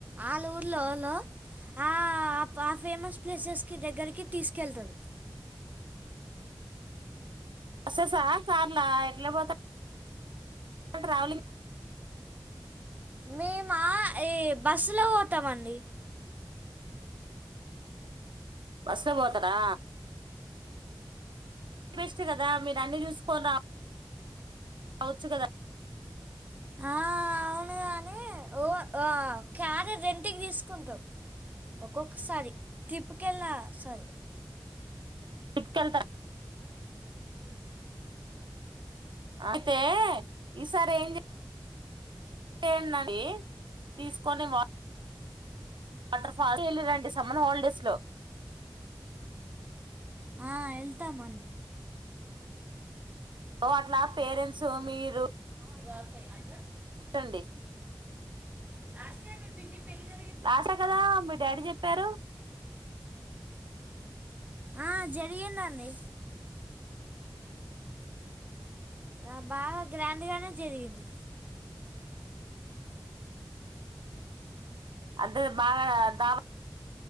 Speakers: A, on the right; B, on the right.
A: ఆల్ ఊర్లలలో ఆ ఫేమస్ ప్లేసెస్ కి దగ్గరికి తీసుకెళ్తది
B: బస్సెస కార్లా ఇట్ల పోతేర్ ట్రావెలింగ్
A: మేమా ఏ బస్సులో పోతామండి
B: బస్సు పోతదా టే బెస్ట్ కదా మీరు అన్ని చూసుకొని రా రావచ్చు కదా
A: ఆ అవును ఓ ఆ క్యార్ రెంటికి తీసుకుంటం ఒక్కొక్కసారి ట్రిప్ కెల్లా సారి
B: ట్రిప్ కెల్తర ఉమ్ అయితే ఈసారి ఏం చే ఎందండి ని తీసుకొని వాటార్ ఫా వాటర్ ఫాల్స్ కి వెళ్ళారా అండి సమ్మర్ హాలిడేస్ లో
A: ఆ ఎళ్తామండి.
B: లో అట్ల పేరెంట్స్ మీరు
A: <inaudible>
B: రండి
A: <inaudible>
B: లాస్టే కదా మీ డాడీ చెప్పారు
A: ఆ జరిగిందండి. ఆ బాగా గ్రాండ్ గనే జరిగింది.
B: అంటే మాగా దావా